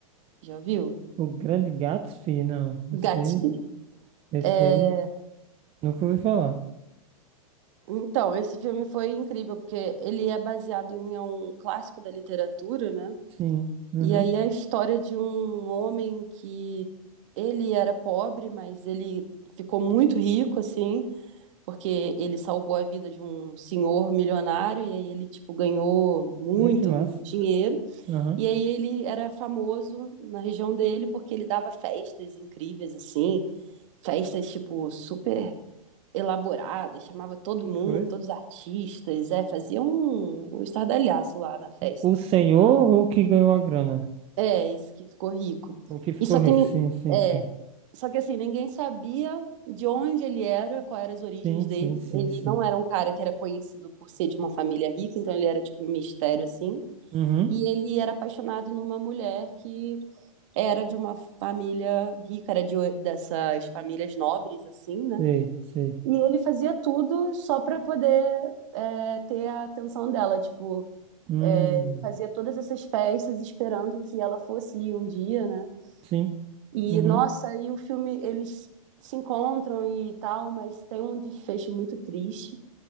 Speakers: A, on the right (about 60°); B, on the right (about 30°).
A: Já viu?
B: O Grande Gatsby, não.
A: Gatsby.
B: Esse aí, esse
A: É,
B: aí, nunca ouvi falar.
A: então, esse filme foi incrível, porque ele é baseado em um clássico da literatura, né?
B: Sim, aham.
A: E aí é a história de um homem que ele era pobre, mas ele ficou muito rico, assim, porque ele salvou a vida de um senhor milionário e aí ele, tipo, ganhou muito,
B: Ai, que massa.
A: muito dinheiro.
B: Aham,
A: E aí ele era famoso na região dele porque ele dava festas incríveis, assim, festas, tipo, super elaboradas, chamava todo
B: que
A: mundo,
B: coisa.
A: todos os artistas, é, fazia um, um estardalhaço lá na festa.
B: O senhor ou o que ganhou a grana?
A: É, esse que ficou rico.
B: O que ficou
A: E só
B: rico?
A: que, nin-
B: Sim, sim,
A: é,
B: sim.
A: só que assim, ninguém sabia de onde ele era, quais eram as origens
B: Sim, sim,
A: dele.
B: sim,
A: Ele
B: sim.
A: não era um cara que era conhecido por ser de uma família rica, então ele era tipo um mistério, assim.
B: Uhum.
A: E ele era apaixonado numa mulher que era de uma família rica, era de, dessas famílias nobres, assim, né?
B: Sei, sei.
A: E ele fazia tudo só para poder é, ter a atenção dela. Tipo,
B: Hum,
A: é, ele fazia todas essas festas esperando que ela fosse ir um dia, né?
B: sim.
A: E,
B: Uhum.
A: nossa, e o filme, eles se encontram e tal, mas tem um desfecho muito triste.